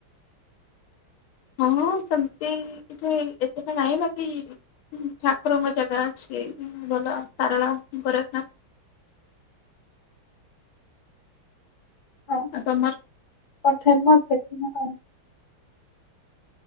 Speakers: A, on the left; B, on the left.
A: ହଁ ସେମିତି କିଛି ଏତେଟା ନାହିଁ ବାକି <unintelligible> ଠାକୁରଙ୍କ ଜାଗା ଅଛି ଭଲ ସାରଳା ଗୋରଖନାଥ।
B: ହଁ
A: ଆଉ ତମର?
B: କଣ ଫେମସ <unintelligible> କଣ।